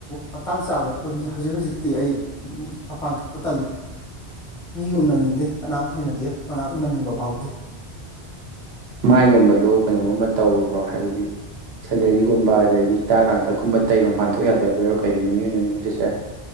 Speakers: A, in the centre; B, on the right.
A: ꯃꯇꯥꯡ ꯆꯥꯗ ꯄꯨꯟꯁꯤ ꯍꯧꯖꯤꯛ ꯍꯧꯖꯤꯛꯇꯤ ꯑꯩ ꯃꯄꯥꯟ ꯊꯣꯛꯄ ꯇꯜꯂꯤ
B: <inaudible>
A: ꯃꯤ ꯎꯅꯅꯤꯡꯗꯦ ꯀꯅꯥꯝ ꯍꯩꯅꯗꯦ ꯀꯅꯥ ꯎꯅꯅꯤꯡꯕ ꯐꯥꯎꯗꯦ
B: ꯃꯥꯏꯒꯨꯝꯕꯗꯣ ꯀꯩꯅꯣꯒꯨꯝꯕ ꯇꯧꯔꯨꯕ꯭ꯔꯣ ꯍꯥꯏꯕꯗꯤ ꯁꯔꯖꯔꯤꯒꯨꯝꯕ ꯑꯗꯒꯤ ꯍꯤꯗꯥꯛ ꯂꯥꯡꯊꯛꯀꯨꯝꯕ ꯇꯩꯔꯣꯝ ꯄꯥꯟꯊꯣꯛ ꯌꯥꯗꯕ ꯑꯣꯏꯔꯣ ꯀꯩꯒꯤꯅꯣ ꯃꯤ ꯑꯣꯏꯅ ꯅꯤꯡꯕꯗꯨꯁꯦ